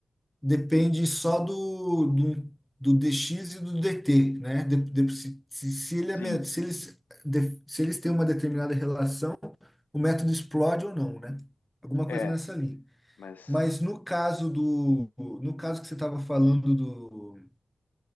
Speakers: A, in the centre; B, on the left.
A: depende só do, do, do dx e do dt, né? De- de- se, se, se ele é
B: sim,
A: me- se eles, de- se eles têm uma determinada relação, o método explode ou não, né? Alguma
B: É,
A: coisa nessa linha.
B: mas
A: Mas no caso do, no caso que você estava falando do,